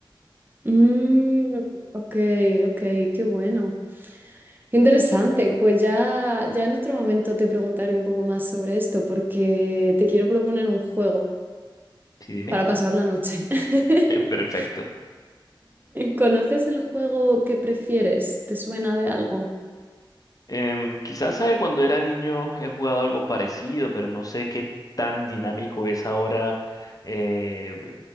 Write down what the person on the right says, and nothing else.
Mm, ok, ok, qué bueno. Qué interesante. Pues ya, ya en otro momento te preguntaré un poco más sobre esto porque te quiero proponer un juego
para pasar la noche. <laughs>
¿Conoces el juego que prefieres? ¿Te suena de algo?